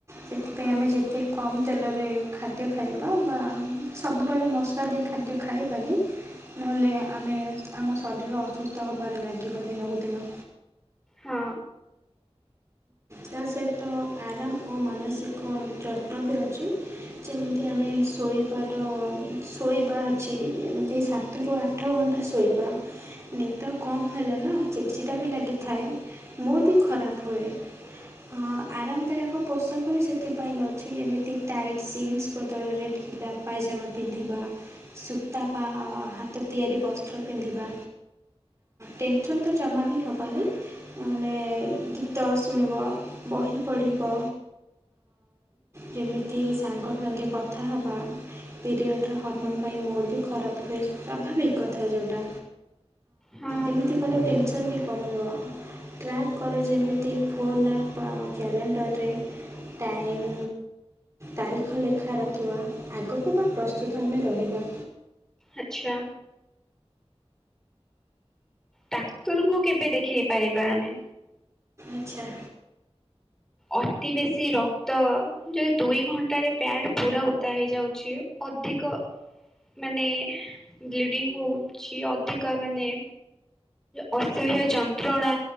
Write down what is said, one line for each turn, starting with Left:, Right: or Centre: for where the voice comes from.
Right: ସେଥିପାଇଁ
Centre: ହଁ।
Right: ଆମେ ଯେତେ କମ୍ ତେଲ ରେ ଖାଦ୍ୟ ଖାଇବା ବା ସବୁବେଳେ ମସଲା ଦିଆ ଖାଦ୍ୟ ଖାଇବାନି ନହେଲେ ଆମେ ଆମ ଶରୀର ଅସୁସ୍ଥ ହେବାରେ ଲାଗିବ ଦିନକୁ ଦିନ।
Centre: ହଁ।
Right: ତା ସହିତ ଆରାମ ଓ ମାନସିକ ଯତ୍ନ ବି ଅଛି। ଯେମିତି ଆମେ ଶୋଇବାର ଶୋଇବା ଅଛି ଏମିତି ସାତରୁ ଆଠ ଘଣ୍ଟା ଶୋଇବା ନି ତ କମ୍ ହେଲା ନା ଚିଡ୍ ଚିଡା ବି ଲାଗିଥାଏ। ମୁଡ୍ ବି ଖରାପ ହୁଏ। ହଁ ଆରାମଦାୟକ ପୋଷାକ ବି ସେଥିପାଇଁ ଅଛି ଯେମିତି ଟାଇଟ୍ ଜିନ୍ସ ବଦଳରେ ମ ପାଇଜାମା ପିନ୍ଧିବା ସୂତା ବା ହାତ ତିଆରି ବସ୍ତ୍ର ପିନ୍ଧିବା ଟେନସନ୍ ତ ଜମା ବି ହେବାନି ମାନେ ଗୀତ ଶୁଣିବ ବହି ପଢ଼ିବ। ଯେମିତି ସାଙ୍ଗ ସାଙ୍ଗେ କଥା ହେବା। ପିରିଅଡ଼୍ର ହର୍ମୋନ୍ ପାଇଁ ମୋଡ଼୍ ବି ଖରାପ ହୁଏ। ସ୍ୱାଭାବିକ କଥା ଯେଉଁଟା
Centre: ହଁ
Right: ଏମିତି କଲେ ଟେନସନ୍ ବି କମିବ ଟ୍ରାକ୍ କର ଯେମିତି ଫୋନ୍ ଆପ କ୍ୟାଲେଣ୍ଡର୍ରରେ ଟାଇମ୍ ତାରିଖ ଲେଖା ରଖିବା ଆଗକୁ ବା ପ୍ରସ୍ତୁତ ଆମେ ରହିବା।
Centre: ଆଚ୍ଛା। ଡାକ୍ତରଙ୍କୁ କେବେ ଦେଖେଇ ପାରିବା ଆମେ
Right: ଆଚ୍ଛା।
Centre: ଅତି ବେଶୀ ରକ୍ତ ଯ ଦୁଇ ଘଣ୍ଟାରେ ପ୍ୟାଡ ପୁରା ଓଦା ହେଇ ଯାଉଛି ଅଧିକ ମାନେ ବ୍ଲିଡିଙ୍ଗ ହଉଛି ଅଧିକା ମାନେ ଅସହ୍ୟ ଯନ୍ତ୍ରଣା